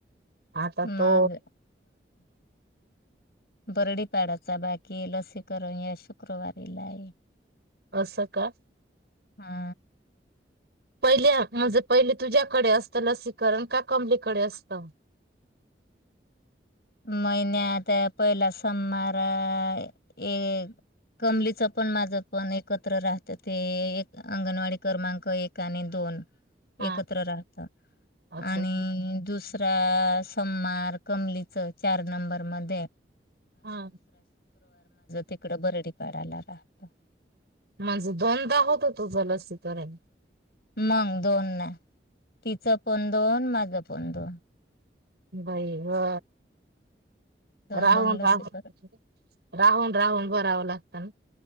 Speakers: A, on the right; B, on the left.
A: आता तो
B: मज बरडी पाड चा बाकी लसीकरण या शुक्रवारीला आहे
A: असं का
B: हा
A: पहिल्या म्हणजे पहिले तुझ्या असत लसीकरण का कमलीकडे असत
B: महिन्यात पहिला सममारा एक कमलीचं पण माझं पण एकत्र राहतं ते एक अंगणवाडी क्रमांक एक आणि दोन
A: हा
B: एकत्र राहत
A: असं
B: आणि दुस सोममार कमल चार नंबर म
A: हा
B: तिकडं बरडीपाडाला राहतं.
A: मजा दोनदा होत हो तो जलसी तर्यंत
B: मंग दोन ना तिचं पण दोन माझ पण दोन
A: बई वा
B: दोन
A: राहुल
B: दोन लसीकरण
A: राहुल <inaudible> राहुल राहुल बर लावलात का